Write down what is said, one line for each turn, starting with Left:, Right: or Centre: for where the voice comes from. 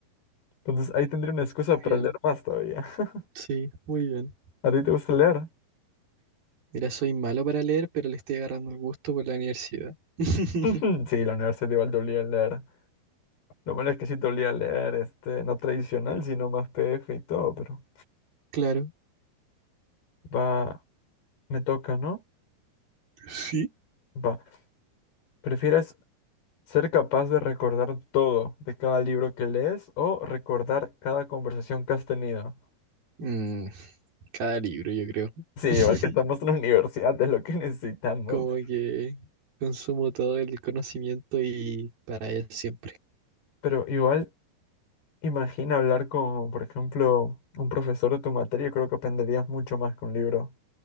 Left: Entonces ahí tendría una excusa
Right: Muy
Left: para
Right: bien.
Left: leer más todavía. <laughs>
Right: Sí, muy bien.
Left: ¿A ti te gusta leer?
Right: Mira, soy malo para leer, pero le estoy agarrando el gusto por la universidad. <laughs>
Left: <laughs> Sí, la universidad igual te obliga a leer. Lo malo es que sí te olía leer, este, no tradicional, sino más PF y todo, pero
Right: Claro.
Left: va, me toca, ¿no?
Right: Sí.
Left: Va. ¿Prefieres ser capaz de recordar todo de cada libro que lees o recordar cada conversación que has tenido?
Right: Mm, cada libro, yo creo.
Left: Sí, igual
Right: <laughs>
Left: que estamos en la universidad, es lo que necesitamos.
Right: Como que consumo todo el conocimiento y para él siempre.
Left: Pero igual, imagina hablar con, por ejemplo, un profesor de tu materia, creo que aprenderías mucho más que un libro.